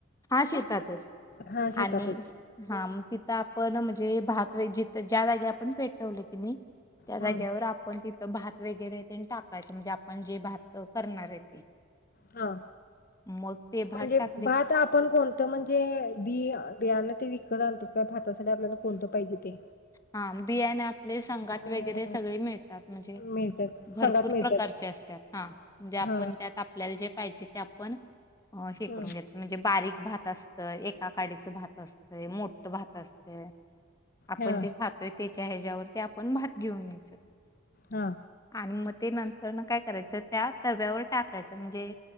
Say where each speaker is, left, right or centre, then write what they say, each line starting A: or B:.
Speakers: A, on the left; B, on the left.
A: हा शेतातच
B: हा शेतातच
A: आणि हा मग तिथं आपण म्हणजे भात व जिथ ज्या जागी आपण पेटवलय कीनी त्या जाग्यावर
B: हम्म
A: आपण तिथं भात वगैरे तेन टाकायचं म्हणजे आपण जे भात करणार आहे ते.
B: हा,
A: मग ते
B: म्हणजे
A: भात टाकले
B: भात आपण कोण त म्हणजे बि बियाना ते विकत आणतात का भातासाठी आपल्याला कोणतं पाहिजे ते.
A: हा बियाण आपले संघात
B: अ
A: वगैरे सगळे मिळतात म्हणजे.
B: मिळतात संघात
A: भरपूर
B: मिळतात
A: प्रकारचे असतात हा म्हणजे आपण
B: हा
A: त्यात आपल्याला जे पाहिजे ते आपण हे
B: हम्म
A: करून घ्यायच. म्हणजे बारीक भात असतं एकाकाडीचं भात असतंय मोठं भात असतंय. आपण
B: हा
A: जे खातोय त्याच्या ह्याच्यावरती आपण भात घेऊन यायचं.
B: हा.
A: आणि म ते नंतर न काय करायचं त्या तव्यावर टाकायचं म्हणजे.